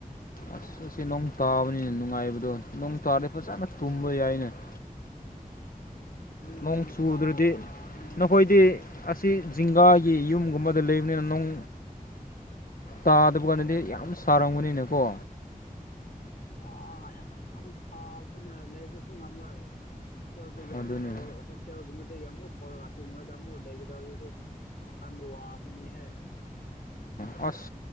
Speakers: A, on the left; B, on the left.
A: ꯑꯁ ꯑꯁꯤꯁ ꯅꯣꯡ ꯇꯥꯕꯅꯤꯅ ꯅꯨꯡꯉꯥꯏꯕꯗꯣ ꯅꯣꯡ ꯇꯥꯗꯤ ꯐꯖꯅ ꯇꯨꯝꯕ ꯌꯥꯏꯅꯦ <unintelligible>
B: ꯅꯨꯡ
A: ꯅꯣꯡ ꯆꯨꯗ꯭ꯔꯗꯤ
B: ꯇꯥꯜꯂ ꯅꯣꯡ
A: ꯅꯈꯣꯏꯗꯤ ꯑꯁꯤ ꯖꯤꯡꯒꯥꯒꯤ ꯌꯨꯝꯒꯨꯝꯕꯗ ꯂꯩꯕꯅꯤꯅ ꯅꯣꯡ ꯇꯥꯗꯕ ꯀꯥꯟꯗꯗꯤ ꯌꯥꯝ ꯁꯥꯔꯝꯒꯅꯤꯅꯀꯣ
B: ꯑ ꯌꯥꯝ ꯁꯥꯕꯅ ꯂꯩꯕꯁꯨ ꯉꯝꯃꯣꯏ ꯍꯣꯁꯇꯦꯜꯗꯒꯤꯠꯍꯣꯁꯇꯦꯜꯒꯨꯝꯕ
A: ꯑꯗꯨꯅꯦ
B: ꯗꯒꯤ ꯑꯃꯨꯛ ꯊꯣꯛꯂꯒ ꯑꯁꯤꯒꯨꯝꯕꯗ ꯑꯃꯨꯛ ꯂꯩꯒꯗꯁꯨ ꯋꯥꯈꯜꯗ ꯋꯥꯕꯅꯤꯍꯦ
A: ꯑꯣ ꯑꯁ